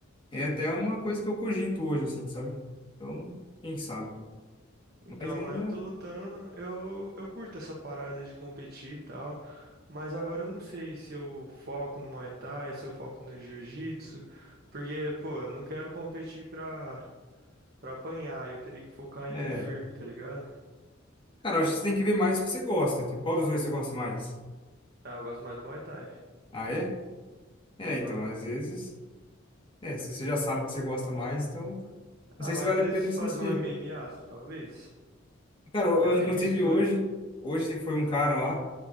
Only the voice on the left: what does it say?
é até uma coisa que eu cogito hoje, assim, sabe? Então, quem sabe?
Mas ainda
é.
Cara, eu acho que você tem que ver mais o que você gosta. Tipo, qual dos dois você gosta mais?
Ah, é? É,
então, às vezes. É, se você já sabe que você gosta mais, então. Não
sei
se vale
a pena insistir.
Cara, eu,
eu,
inclusive
hoje, hoje foi um cara lá,